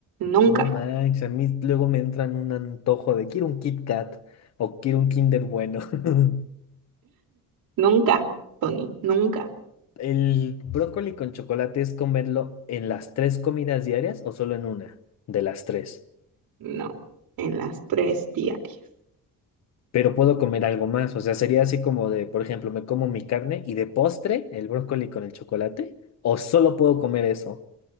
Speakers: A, on the right; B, on the left.
A: Nunca,
B: No manches, a mí luego me entran un antojo de quiero un Kit Kat o quiero un Kinder bueno. <laughs>
A: nunca, Tony, nunca.
B: ¿El brócoli con chocolate es comerlo en las tres comidas diarias o solo en una de las tres?
A: No, en las tres diarias.
B: Pero puedo comer algo más, o sea, sería así como de, por ejemplo, me como mi carne y de postre el brócoli con el chocolate, o solo puedo comer eso